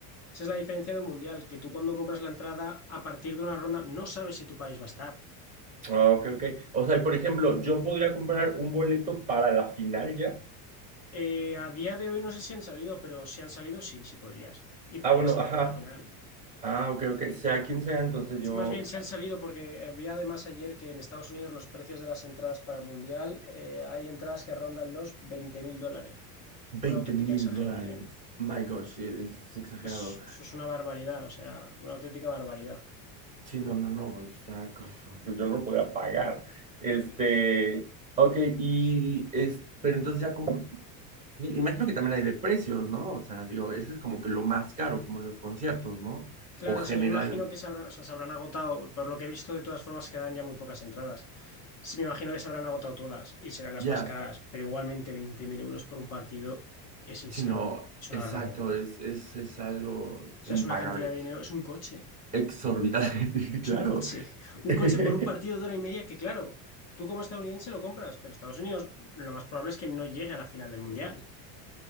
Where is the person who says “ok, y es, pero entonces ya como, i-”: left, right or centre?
Right